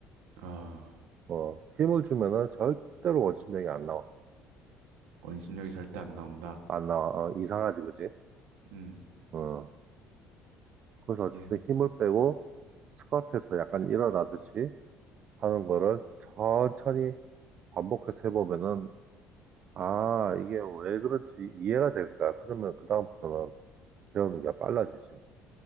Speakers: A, on the right; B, on the right.
A: 아,
B: 어, 힘을 주면은 절대로 원심력이 안 나와.
A: 원심력이 절대 안 나온다.
B: 안 나와. 어, 이상하지, 그지?
A: 음,
B: 어, 그래서 어쨌든
A: 예.
B: 힘을 빼고 스쿼트에서 약간 일어나듯이 하는 거를 천천히 반복해서 해보면은, 아, 이게 왜 그런지 이해가 될 거야. 그러면 그다음부터는 배우는 게 빨라지지.